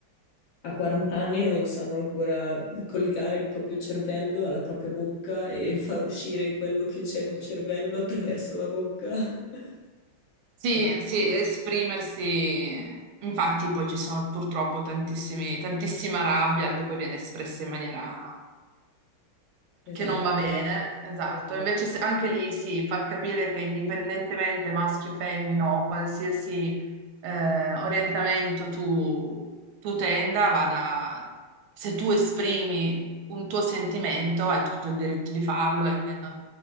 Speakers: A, on the left (about 70°); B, on the right (about 80°).
A: a 40 anni non sanno ancora collegare il proprio cervello alla propria bocca e <laughs> far uscire quello che c'è nel cervello attraverso la bocca. <laughs>
B: Sì,
A: È assurdo.
B: sì, esprimersi. Infatti poi ci sono purtroppo tantissimi, tantissima rabbia che poi viene espressa in maniera
A: Esatto,
B: che non va bene, esatto.
A: esatto.
B: Invece se- anche lì sì, far capire che indipendentemente maschio, femmina o qualsiasi eh, orientamento tu, tu tenda, vada, se tu esprimi un tuo sentimento, hai tutto il diritto di farlo e non,